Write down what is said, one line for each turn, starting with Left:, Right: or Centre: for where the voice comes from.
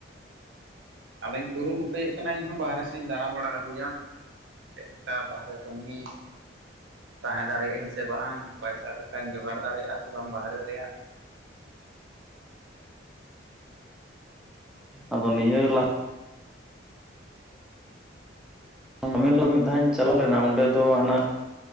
Right: ᱟᱫᱚᱧ ᱠᱩᱨᱩᱢᱩᱴᱩᱭᱮᱫ ᱠᱟᱱᱟ ᱤᱧ ᱦᱚᱸ ᱵᱟᱦᱨᱮ ᱥᱮᱫ ᱤᱧ ᱫᱟᱬᱟ ᱵᱟᱲᱟ ᱟᱹᱜᱩᱭᱟ ᱾ ᱪᱮᱫ ᱞᱮᱠᱟ ᱵᱟᱦᱨᱮ ᱠᱟᱹᱢᱤᱼᱼ ᱛᱟᱦᱮᱸ ᱫᱟᱲᱮᱭᱟᱜ ᱤᱧ ᱥᱮ ᱵᱟᱝ, ᱯᱟᱭᱥᱟ ᱴᱟᱠᱟᱧ ᱡᱚᱜᱟᱲ ᱫᱟᱲᱮᱭᱟᱜᱼᱟ ᱥᱮ ᱵᱟᱝ ᱵᱟᱦᱨᱮ ᱨᱮᱭᱟᱜ ᱾
Centre: ᱟᱫᱚ ᱱᱤᱣᱮ ᱞᱟᱦᱼᱼ ᱛᱟᱢᱤᱞ ᱨᱮ ᱢᱤᱫ ᱫᱷᱟᱣ ᱤᱧ ᱪᱟᱞᱟᱣ ᱞᱮᱱᱟ ᱚᱸᱰᱮ ᱫᱚ ᱦᱟᱱᱟ